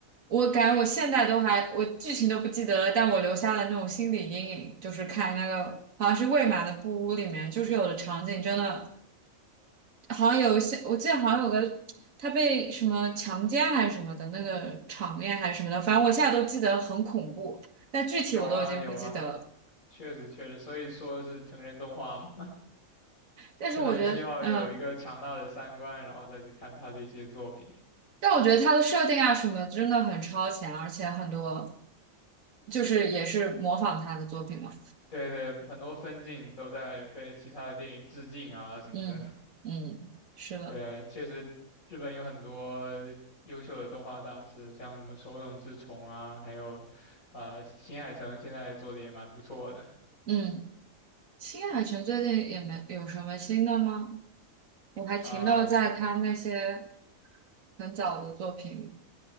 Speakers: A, on the right; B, on the left.
A: 我感觉我现在都还，我剧情都不记得了，但我留下了那种心理阴影，就是看那个好像是魏玛的布屋里面，就是有的场景真的好像有一些，我记得好像有个他被什么强奸还是什么的那个场面还是什么的，反正我现在都记得很恐怖，但具体我都已经不记得了。
B: 有啊有啊，确实确实，所以说是成人动画嘛，<laughs>
A: 但是我觉得，
B: 可能需要有一个强大的三观，
A: 嗯，
B: 然后再去看他的一些作品。
A: 但我觉得他的设定啊什么真的很超前，而且很多就是也是模仿他的作品嘛。
B: 对对，很多分镜都在被其他的电影致敬啊什么的。
A: 嗯嗯，是的，
B: 对，确实，日本有很多优秀的动画大师，像什么手冢治虫啊，还有，呃，新海诚现在做的也蛮不错的。
A: 嗯，新海诚最近也没有什么新的吗？我还停留在他那些
B: 嗯，
A: 很早的作品，《里，